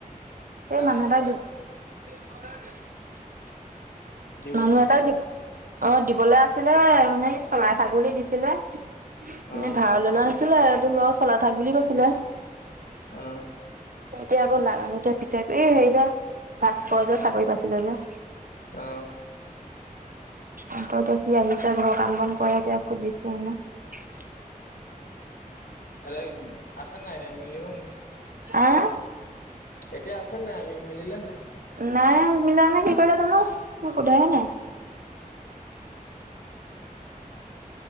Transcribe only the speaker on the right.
এই
মানুহ এটা
<inaudible>
মানুহ
এটা
যিপ,
অ', দিবলে আছিলে। মানে চৰাই-ছাগলী দিছিলে। এনে
ধাৰত ললৈ আছিলে। এইটো লচ হ'ল আৰু। থাক বুলি কৈছিলে।
এতিয়া আকৌ না এতিয়া পিটাইটো, এই হেৰি যে মাষ্টৰ যে চাকৰি পাছিলে যে।
তহঁতৰ এতিয়া সি আহিছে। ঘৰৰ কাম-বন কৰে। এতিয়া সুধিছো মানে।
অ',
নাই মিলা নে কি কৰিলে জানো। মই সোধাই নাই।